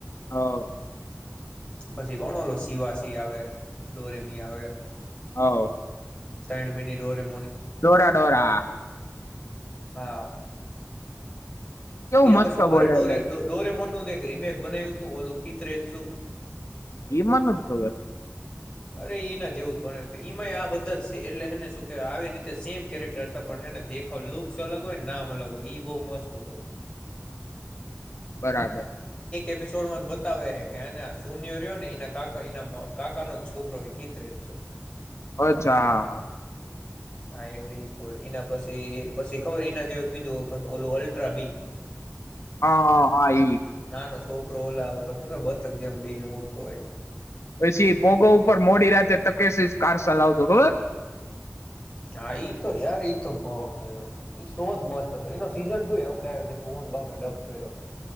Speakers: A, on the left; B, on the left.
A: હ
B: પછી કોણ ઓલો શિવાસી આવે ડોરેમી આવે
A: હ
B: તણ મિની ડોરી
A: ડોરા ડોરા હા
B: હા
A: કેવું
B: એના
A: મસ્ત
B: પછી ખબર
A: બોલાય
B: ડોરે ડઢોરે મોન નું દેખ રીમેક બનાવ્યું તું ઓલો કીત રત શું
A: એ માંન નથી ખબર
B: અરે એના જેવું જ બનાવ્યું હતું, ઈ માંય આ બધા જ એટલેને શું કે આવી રીતે સેમ કેરેક્ટર હતા પણ એને દેખાવ લુક્સ અલગ હોય નામ અલગ હોય ઈ બહુ મસ્ત હતું.
A: બરાબર
B: એપિસોડ માં જ બતાવે હ કેને આ શૂનિયરર્યો ને એના કકા એના કાકાનો છોકરો હકીત રહે છો
A: અચ્છા હા હા
B: હા એટલે ઇ સ્ટોરી એના પછી પછી ખબર એના જેવ એક બીજુંખ હતું ઓ અલ્ટ્રા બી
A: હા હા હા ઈ
B: નાનો છોકરો ઓલા ઉપર શું કે બતક જેમ બેન ઉડતો હોય.
A: પછી પોગો ઉપર મોડી રાતે તકેસી કાર ચલાવતો ખબર હ
B: હા ઈ તો યાર તો બઉયો સો જ મસ્ત હતો એનો સીઝન ટુ હમણાં ભુવન મે ડપ કર્યો